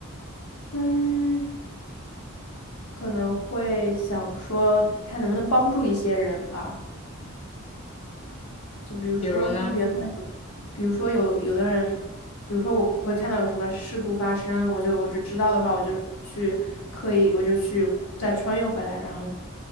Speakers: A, on the left (about 80°); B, on the left (about 30°).
A: 嗯，可能会想说，看能不能帮助一些人吧。就比如说他们原本，
B: 比如呢？
A: 比如说有有的人，比如说我会看到有什么事故发生，我就我只知道的话，我就去刻意，我就去再穿越回来，然后